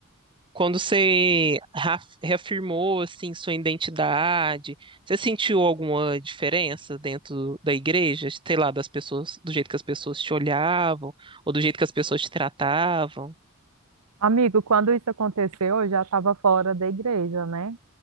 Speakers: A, on the right; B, on the right.
A: Quando você ra- reafirmou assim sua identidade, você sentiu alguma diferença dentro da igreja, sei lá, das pessoas, do jeito que as pessoas te olhavam ou do jeito que as pessoas te tratavam?
B: Amigo, quando isso aconteceu, eu já estava fora da igreja, né?